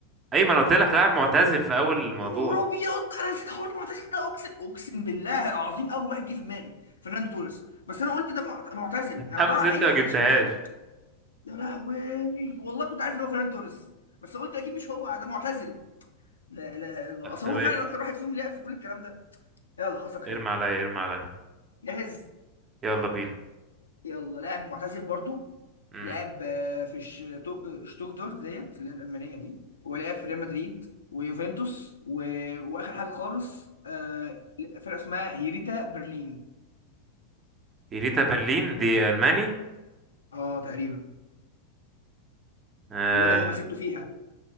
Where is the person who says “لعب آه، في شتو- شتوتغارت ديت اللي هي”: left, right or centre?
Left